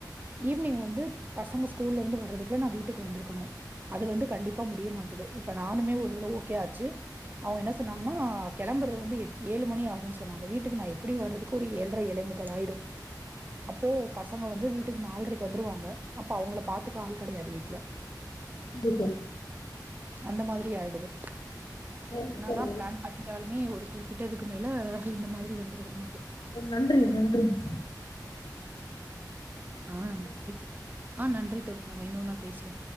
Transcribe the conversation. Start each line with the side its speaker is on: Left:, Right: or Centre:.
Right: ஈவினிங் வந்து பசங்க ஸ்கூல்லருந்து வர்றதுக்குள்ள நா வீட்டுக்கு வந்திருக்கணு அது வந்து கண்டிப்பா முடிய மாட்டது இப்ப நானுமே ஒரு இதுல ஓகே ஆச்சு அவங்க என்ன சொன்னாங்கன்னா கெளம்பறது வந்து எட் ஏழு மணி ஆகுனு சொன்னாங்க வீட்டுக்கு நா எப் எப்டியு வர்றதுக்கு ஒரு ஏழ்ர ஏழே முக்கால் ஆயிடு அப்போ பசங்க வந்து வீட்டுக் நாள்ரைக்கு வந்துருவாங்க அப்ப அவுங்கள பாத்துக்க ஆள் கெடையாது வீட்ல <inaudible>
Left: சரிங்க தோழி
Right: அந்த மாதிரி ஆயிடுது
Left: நன்றி
Right: என்னதா
Left: தோழி
Right: பிளான் பண்ணிட்டாலுமே ஒரு குறிப்பிட்டதுக்கு மேல இந்த மாதிரி வந்துருது நமக்கு
Left: நன்றி நன்றிங்க
Right: ஆ நன்றி தோ ஆ நன்றி தோழி நம்ம இன்னொரு நாள் பேசுவோ